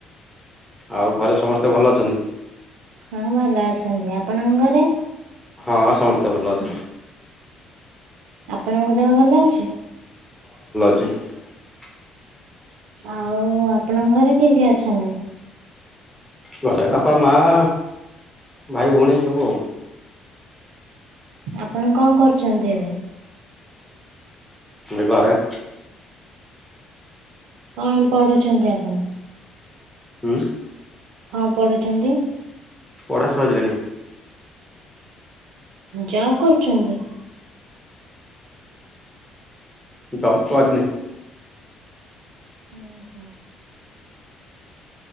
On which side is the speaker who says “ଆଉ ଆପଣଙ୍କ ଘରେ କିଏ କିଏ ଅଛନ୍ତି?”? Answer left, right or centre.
Right